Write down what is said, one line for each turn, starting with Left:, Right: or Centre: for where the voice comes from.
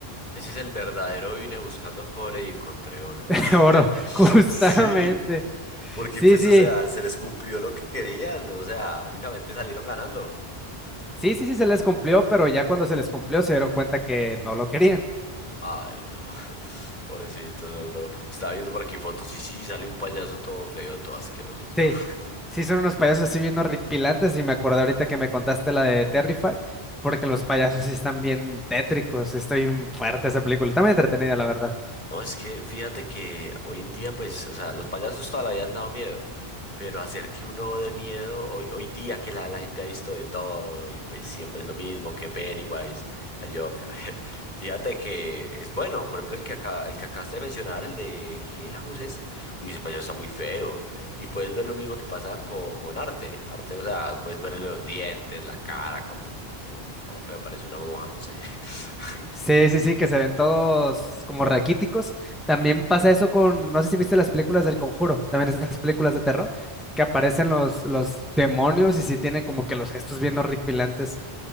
Left: ese es el verdadero, vine buscando cobre y encontré oro.
Centre: <laughs>
Left: <laughs>
Centre: Oro, justamente.
Left: Sí. Porque
Centre: Sí,
Left: pues,
Centre: sí,
Left: o sea, se les cumplió lo que querían, o sea, básicamente salieron ganando.
Centre: Sí, sí, sí, se les cumplió, pero ya cuando se les cumplió se dieron cuenta que no lo querían. <laughs>
Left: Ay, no, <laughs> pobrecitos, bro. Estaba viendo por aquí fotos y sí, sale un payaso todo feo, todo asqueroso, todo.
Centre: Sí,
Left: <laughs>
Centre: sí, son unos payasos así bien horripilantes y me acordé ahorita que me contaste la de Terrifier, porque los payasos sí están bien tétricos, sí está bien fuerte esa película, está muy entretenida, la verdad.
Left: No, es que fíjate que hoy en día, pues, o sea, los payasos toda la vida han dado miedo, pero hacer que uno de miedo, hoy, hoy día que la, la gente ha visto de todo y pues siempre es lo mismo que Pennywise, el Joker. <laughs> Fíjate que es bueno, por ejemplo, el que acá, el que acabaste de mencionar, el de Hell House, es- uy, ese payaso está muy feo. Y puedes ver lo mismo que pasa con, con arte. Arte, o sea, puedes verle los dientes, la cara, como, como, como todo feo, parece una monja, no sé. <laughs>
Centre: Sí, sí, sí, que se ven todos como raquíticos. También pasa eso con, no sé si viste las películas del Conjuro, también esas películas de terror, que aparecen los, los demonios y sí tienen como que los gestos bien horripilantes.